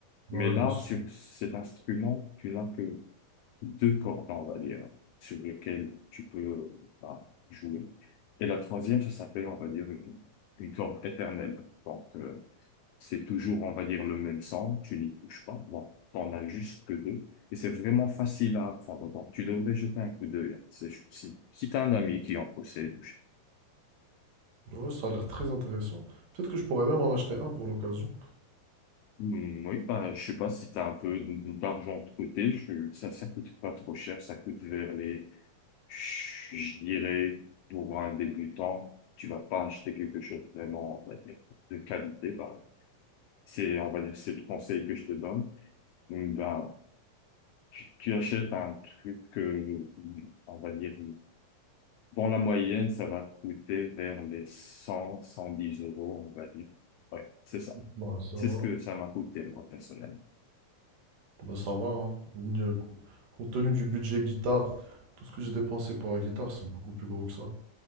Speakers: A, on the left; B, on the right.
A: Mais
B: Ouais,
A: là,
B: bien sûr.
A: sur cet instrument, tu n'as que deux cordes, on va dire, sur lesquelles tu peux euh, bah, jouer. Et la troisième, ça s'appelle, on va dire, une, une corde éternelle. Donc, euh, C'est toujours, on va dire, le même sang, tu n'y touches pas. Bon, t'en as juste que deux. Et c'est vraiment facile à apprendre. Bon, tu devrais jeter un coup d'œil. C'est- Si, si t'as un ami qui en possède. je-
B: Ouais, ça a l'air très intéressant. Peut-être que je pourrais même en acheter un pour l'occasion.
A: Hmm, oui, bah, je sais pas si t'as un peu d'argent de côté. Je, ça, ça coûte pas trop cher. Ça coûte vers les, je je dirais, pour un débutant, tu vas pas acheter quelque chose vraiment, on va dire, de qualité. Bah, c'est, on va dire, c'est le conseil que je te donne. Ben, tu, tu achètes un truc, que on va dire, dans la moyenne, ça va coûter vers les 100, 110 euros, on va dire. Ouais, c'est ça.
B: Bah, ça
A: C'est
B: va.
A: ce que ça m'a coûté, moi, personnellement.
B: Bah, ça va, hein. Euh, Compte tenu du budget guitare, tout ce que j'ai dépensé pour la guitare, c'est beaucoup plus gros que ça.